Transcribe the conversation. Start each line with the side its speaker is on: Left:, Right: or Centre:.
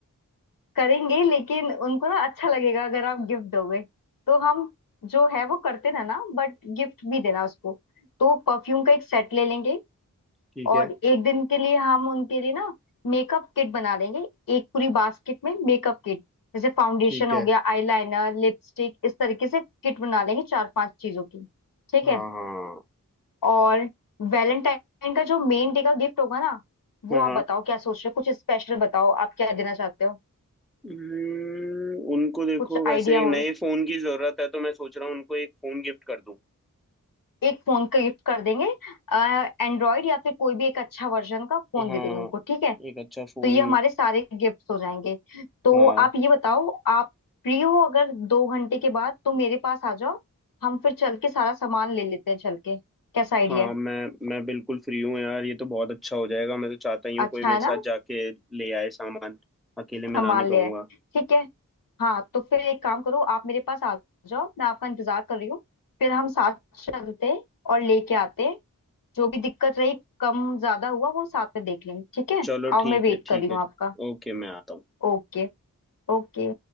Left: करेंगे लेकिन उनको ना अच्छा लगेगा अगर आप गिफ्ट दोगे तो हम जो है वो करते रहना बट गिफ्ट भी देना उसको तो परफ्यूम का एक सेट ले लेंगे
Centre: ठीक है
Left: और एक दिन के लिए हम उनके लिए ना मेकअप किट बना देंगे एक पूरी बास्केट में मेकअप किट जैसे फाउंडेशन
Centre: ठीक
Left: हो
Centre: है
Left: गया आईलाइनर लिपस्टिक इस तरीके से किट बना लेंगे चार पांच चीजों की ठीक
Centre: हाँ
Left: है
Centre: हाँ
Left: और वैलेंटाइन का जो मेन डे का गिफ्ट होगा ना वो
Centre: हाँ
Left: आप बताओ क्या सोच रहे हो कुछ स्पेशल बताओ आप क्या देना चाहते हो
Centre: हम्म, उनको देखो
Left: कुछ
Centre: वैसे
Left: आइडिया
Centre: एक
Left: हो
Centre: नए फोन की जरूरत है तो मैं सोच रहा हूँ उनको एक फोन गिफ्ट कर दूं
Left: एक फोन का गिफ्ट कर देंगे एंड्रॉइड या फिर कोई भी एक अच्छा वर्जन का फोन
Centre: हाँ
Left: दे देंगे उनको ठीक है
Centre: एक अच्छा फोन
Left: तो ये हमारे सारे गिफ्ट्स हो जाएंगे तो
Centre: हाँ
Left: आप ये बताओ आप फ्री हो अगर दो घंटे के बाद तो मेरे पास आ जाओ हम फिर चल के सारा सामान ले लेते हैं चल के कैसा आइडिया
Centre: हाँ
Left: है
Centre: मैं मैं बिल्कुल फ्री हूँ यार ये तो बहुत अच्छा हो जाएगा मैं तो चाहता ही हूँ
Left: अच्छा
Centre: कोई मेरे
Left: है
Centre: साथ
Left: ना
Centre: जाके ले आए सामान अकेले मैं
Left: सामान
Centre: ला नहीं पाऊंगा
Left: ले आए ठीक है हाँ तो फिर एक काम करो आप मेरे पास आ जाओ मैं आपका इंतजार कर रही हूँ फिर हम साथ चलते हैं और लेके आते हैं जो भी दिक्कत रही कम ज्यादा हुआ वो साथ में देख लेंगे ठीक है
Centre: चलो
Left: और
Centre: ठीक
Left: मैं वेट
Centre: है ठीक
Left: कर रही हूँ
Centre: है ठीक
Left: आपका
Centre: ओके मैं आता हूँ
Left: Okay okay